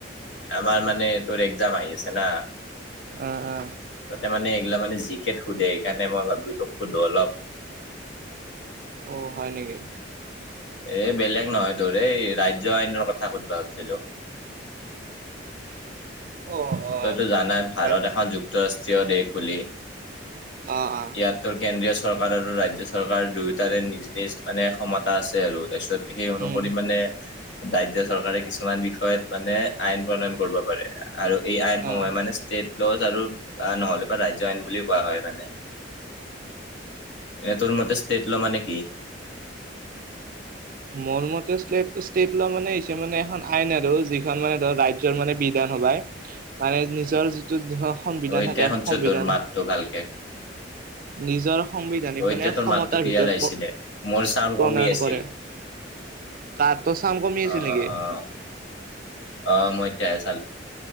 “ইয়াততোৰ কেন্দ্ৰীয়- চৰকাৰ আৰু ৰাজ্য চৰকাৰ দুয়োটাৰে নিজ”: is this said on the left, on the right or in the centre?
Left